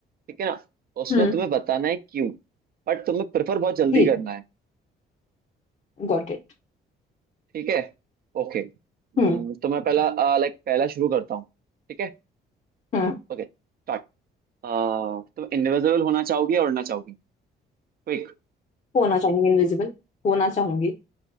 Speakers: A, on the right (about 50°); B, on the left (about 35°).
A: ठीक है ना उसमें
B: है। हम्म
A: तुम्हें बताना है क्यों बट तुम्हें प्रेफर बहुत जल्दी
B: ठीक
A: करना है
B: Got it
A: ठीक है ओके हम्म,
B: हम्म
A: तो मैं पहला लाइक पहला शुरू करता हूँ ठीक है
B: हम्म
A: Okay start तुम इनविजिबल होना चाहोगी या उड़ना चाहोगी क्विक
B: होना चाहूंगी इनविजिबल होना चाहूंगी